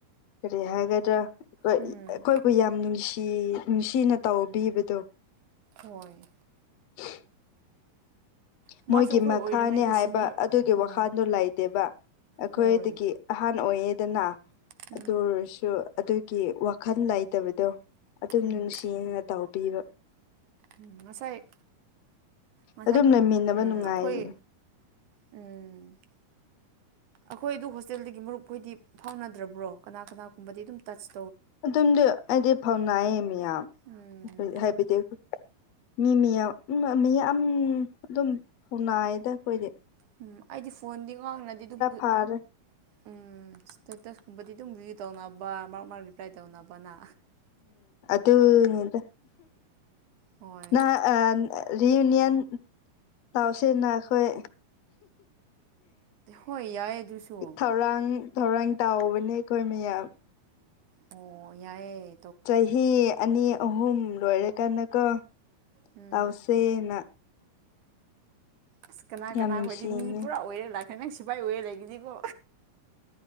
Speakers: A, on the left; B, on the right.
A: ꯀꯔꯤ ꯍꯥꯏꯒꯗ꯭ꯔꯥ ꯍꯣꯢ
B: ꯎꯝ
A: ꯑꯩꯈꯣꯏꯕꯨ ꯌꯥꯝ ꯅꯨꯡꯁꯤ ꯅꯨꯡꯁꯤꯅ ꯇꯧꯕꯤꯕꯗꯣ
B: ꯍꯣꯏ
A: <unintelligible>
B: ꯃꯥꯁꯨ
A: ꯃꯣꯏꯒꯤ
B: ꯑꯩꯈꯣꯏ
A: ꯃꯈꯥꯅꯤ
B: ꯑꯣꯏꯔꯤꯉꯩꯗ ꯁꯤꯅꯤꯌꯔ
A: ꯍꯥꯏꯕ ꯑꯗꯨꯒꯤ
B: ꯑꯣ
A: ꯋꯥꯈꯜꯗꯨ ꯂꯩꯇꯦꯕ ꯑꯈꯣꯏꯗꯒꯤ
B: ꯍꯣꯏ
A: ꯑꯍꯥꯟ ꯑꯣꯏꯌꯦ ꯗꯅꯥ
B: ꯎꯝ
A: ꯑꯗꯨꯑꯣꯢꯔꯁꯨ ꯑꯗꯨꯒꯤ ꯋꯥꯈꯜ ꯂꯩꯇꯕꯗꯣ ꯑꯗꯨꯝ
B: ꯎꯝ
A: ꯅꯨꯡꯁꯤꯅꯥꯅ ꯇꯧꯕꯤꯕ
B: ꯎꯝ ꯉꯁꯥꯏ ꯉꯁꯥꯏ
A: ꯑꯗꯨꯝ ꯂꯩꯃꯤꯟꯅꯕ
B: ꯎꯝ
A: ꯅꯨꯡꯉꯥꯏꯕꯅꯤ
B: ꯑꯩꯈꯣꯏ ꯎꯝ ꯑꯈꯣꯢꯗꯨ ꯍꯣꯁꯇꯦꯜꯗꯒꯤ ꯃꯔꯨꯞ ꯈꯣꯏꯗꯤ ꯐꯥꯎꯅꯗ꯭ꯔꯕ꯭ꯔꯣ ꯀꯅꯥ ꯀꯅꯥꯒꯨꯝꯕꯗꯤ ꯑꯗꯨꯝ ꯇꯁ
A: ꯑꯗꯨꯝꯗꯤ ꯑꯩꯗꯤ ꯐꯥꯎꯅꯥꯏꯌꯦ ꯃꯤꯌꯥꯝ
B: ꯎꯝ
A: ꯍꯥꯏꯕꯗꯤ ꯃꯤ ꯃꯤ ꯎꯝ ꯃꯤꯌꯥꯝ ꯑꯗꯨꯝ ꯐꯧꯅꯥꯏꯗ ꯑꯈꯣꯏꯗꯤ
B: ꯎꯝ ꯑꯩꯗꯤ ꯐꯣꯟꯗꯤ ꯉꯥꯡꯉꯗꯤ ꯑꯗꯨꯝ
A: ꯐꯥꯔꯦ
B: ꯎꯝ ꯏꯁꯇꯦꯇꯁ ꯒꯨꯨꯝꯕꯗꯤ ꯗꯨꯝ ꯔꯦꯗꯤ ꯇꯧꯅꯕ ꯃꯥꯔꯛ ꯃꯥꯔꯛ ꯔꯤꯄ꯭ꯂꯥꯏ ꯇꯧꯅꯕꯅ
A: ꯗꯨꯅꯤꯗ
B: ꯍꯣꯏ
A: ꯅ ꯑ ꯔꯤꯌꯨꯅꯤꯌꯟ ꯇꯧꯁꯤꯅ ꯑꯈꯣꯏ
B: ꯍꯣꯏ ꯌꯥꯏꯌꯦ ꯑꯗꯨꯁꯨ
A: ꯊꯧꯔꯥꯡ ꯊꯧꯔꯥꯡ ꯇꯥꯎꯕꯅꯦ ꯑꯈꯣꯏ ꯃꯌꯥꯝ
B: ꯑꯣ ꯌꯥꯏꯑꯦ
A: ꯆꯍꯤ ꯑꯅꯤ ꯑꯍꯨꯝ ꯂꯣꯏꯔꯦ ꯀꯟꯅꯀꯣ
B: ꯎꯝ
A: ꯇꯧꯁꯦꯅ
B: ꯑꯁ ꯀꯅꯥ
A: ꯌꯥꯝ
B: ꯀꯅꯥꯈꯣꯏꯗꯤ
A: ꯅꯨꯡꯁꯤꯅꯦ
B: ꯃꯤ ꯄꯨꯔꯥ ꯑꯣꯏꯔꯦ ꯂꯥꯛꯀꯅꯤ ꯅꯪ ꯁꯤꯐꯥꯏ ꯑꯣꯏꯔꯦ ꯂꯩꯒꯅꯤꯀꯣ